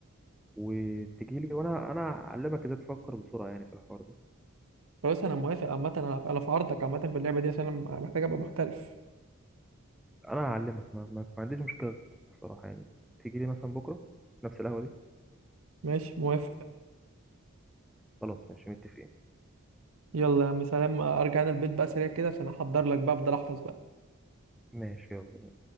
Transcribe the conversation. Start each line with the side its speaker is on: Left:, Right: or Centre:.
Centre: وتجي لي وانا انا هعلمك ازاي تفكر بسرعه يعني في الحوار ده
Right: خلاص انا موافق عامه انا انا في عرضك عامه في اللعبه دي عشان انا محتاج ابقى محترف
Centre: انا هعلمك ما, ما, ما عنديش مشكله بصراحه يعني تيجي لي مثلا بكره في نفس القهوه دي
Right: ماشي موافق
Centre: خلاص ماشي متفقين
Right: يلا يا عم سلام ارجع انا البيت بقى سريع كده عشان احضر لك بقى افضل احفظ بقى
Centre: ماشي يلا